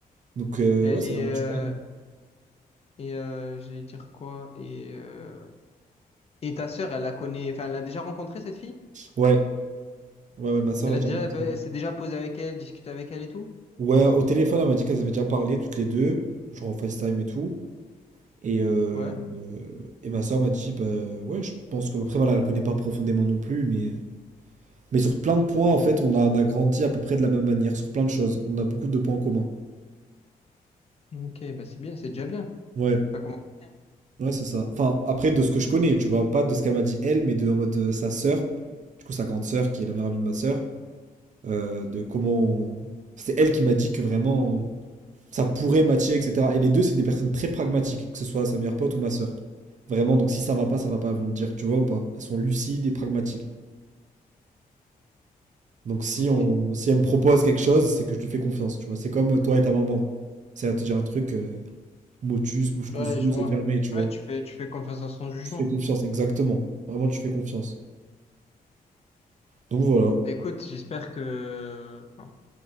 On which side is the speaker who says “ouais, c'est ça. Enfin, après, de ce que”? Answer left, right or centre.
Right